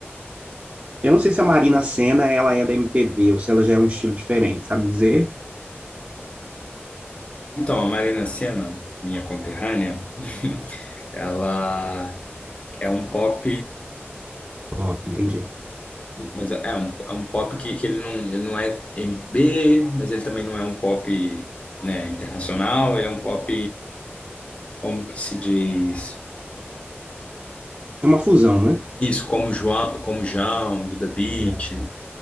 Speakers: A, on the right; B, on the left.
A: Eu não sei se a Marina Sena ela é da MPB ou se ela já é um estilo diferente, sabe dizer?
B: Então, a Marina Sena, minha conterrânea, ela é um pop,
A: Pop, entendi.
B: mas é um, é um pop que, que ele não, ele não é MPB, mas ele também não é um pop, né, internacional, ele é um pop, como que se diz?
A: É uma fusão, né?
B: Isso, como João, como João, Duda Beat.
A: Já.